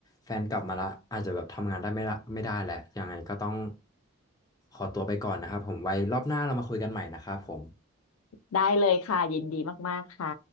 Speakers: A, on the left (about 15°); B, on the left (about 80°).
A: แฟนกลับมาละอาจจะแบบทำงานได้ไม่ละไม่ได้แหละยังไงก็ต้องขอตัวไปก่อนนะครับผมไว้รอบหน้าเรามาคุยกันใหม่นะครับผม
B: ได้เลยค่ะยินดีมากๆค่ะ